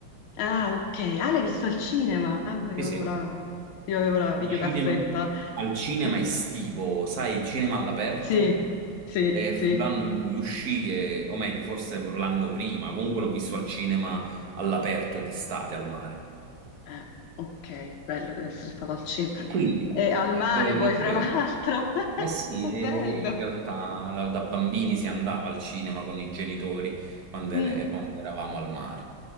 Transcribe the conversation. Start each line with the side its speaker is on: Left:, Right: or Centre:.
Left: ah, ok, ah, l'hai visto al cinema? Ah, no, io
Right: Sì, sì.
Left: avevo la, io avevo la
Right: Il
Left: videocassetta.
Right: cinema- al cinema
Left: <laughs>
Right: estivo, sai, il cinema all'aperto.
Left: Sì, sì,
Right: E
Left: sì.
Right: fu l'anno in cui uscì, e- o meglio, forse l'anno prima, comunque l'ho visto al cinema all'aperto d'estate al mare.
Left: Eh, ok, bello deve essere stato al cinema.
Right: E quindi
Left: E al mare
Right: eh,
Left: poi,
Right: mi chiedo,
Left: tra l'altro.
Right: Eh
Left: <laughs>
Right: sì,
Left: È bello.
Right: e in realtà da, da bambini si andava al cinema con i genitori quando,
Left: Mm,
Right: e- quando eravamo al mare.